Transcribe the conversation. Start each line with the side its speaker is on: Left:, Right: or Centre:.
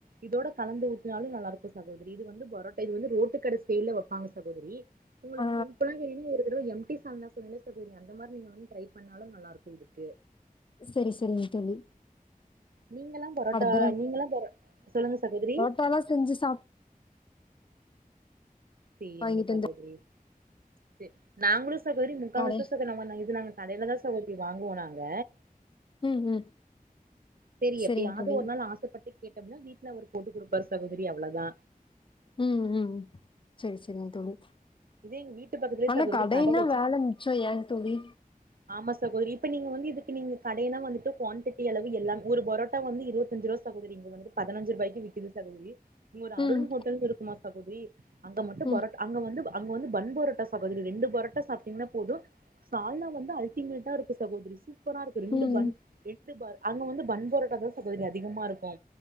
Right: இதோட கலந்து ஊத்துனாலு நல்லா இருக்கு சகோதரி இது வந்து பரோட்டா இது வந்து ரோட்டு கட ஸ்டைல்ல வெப்பாங்க சகோதரி உங்களுக்கு
Left: ஆ
Right: சி ஒரு தடவ எம்டி சால்னா சொன்னேல சகோதரி அந்த மாரி நீங்க வந்து ட்ரை பண்ணாலு நல்லா இருக்கு இதுக்கு
Left: செரி செரிங்க தோழி
Right: நீங்கல்லா பரோட்டா
Left: அடுத்த
Right: நீங்கல்லா பரோ சொல்லுங்க சகோதிரி
Left: ட்டாதா செஞ்சு சாப்
Right: சேரிங்க
Left: வாங்கிட்டு
Right: சகோதரி
Left: வந்து
Right: செரி நாங்களு சகோதரி முக்காவாசிதா
Left: கடை
Right: சகோ இது நாங்க கடைல தா சகோதிரி வாங்குவோ நாங்க
Left: ம் ம்
Right: செரி
Left: சரிங்க
Right: எப்யாவது
Left: தோழி
Right: ஒரு நாள் ஆசைப்பட்டு கேட் கேட்டம்னா வீட்ல அவரு போட்டு குடுப்பாரு சகோதரி அவ்ளதா
Left: ம் ம் செரி செரிங்க தோழி
Right: இதே எங்க வீட்டு பக்கத்துலயே
Left: ஆனா
Right: சகோதரி
Left: கடைன்னா
Right: கட வச்சு
Left: வேல மிச்சோ ஏங் தோழி
Right: ஆமா சகோதரி இப்ப நீங்க வந்து இதுக்கு நீங்க கடையனா வந்துட்டு குவாண்டட்டி அளவு எல்லா ஒரு பரோட்டா வந்து இருவத்தஞ்சு ரூபா சகோதரி இங்க வந்து பதினஞ்சு ரூபாய்க்கு விக்குது சகோதரி இங்க ஒரு அருண்
Left: ம்
Right: ஹோட்டல்னு இருக்குமா சகோதிரி அங்க மட்டு
Left: ம்
Right: பரோட்டா அங்க வந்து அங்க வந்து பன் பரோட்டா சகோதிரி ரெண்டு பரோட்டா சாப்ட்டீங்கன்னா போது சால்னா வந்து அல்ட்டிமேட்டா இருக்கு சகோதரி சூப்பரா இருக்கு ரெண்டு
Left: ம்
Right: பன் ரெண்டு பர் அங்க வந்து பன் பரோட்டா தா சகோதரி அதிகமா இருக்கு